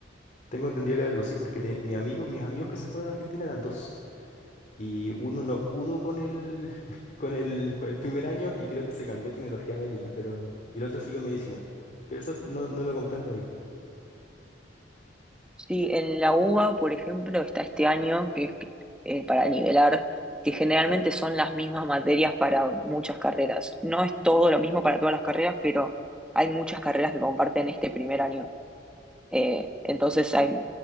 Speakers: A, on the left; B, in the centre.
A: Tengo entendido que era algo así, porque te- mi amigo, mis amigos que se fueron a Argentina eran dos. Y uno no pudo con el, <laughs> con el, con el primer año y creo que se cambió a tecnología médica, pero, y el otro siguió medicina. Pero eso no, no lo comprendo bien.
B: Sí, en la UBA, por ejemplo, está este año, que es eh, para nivelar, que generalmente son las mismas materias para muchas carreras. No es todo lo mismo para todas las carreras, pero hay muchas carreras que comparten este primer año. Eh, entonces hay,